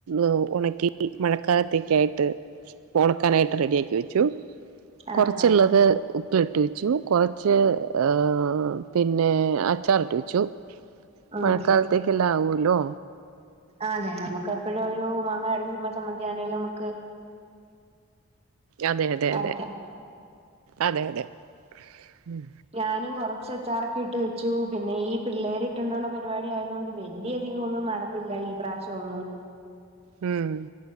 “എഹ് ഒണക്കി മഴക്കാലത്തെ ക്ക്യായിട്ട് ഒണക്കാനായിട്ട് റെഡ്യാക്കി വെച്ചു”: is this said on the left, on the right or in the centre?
Right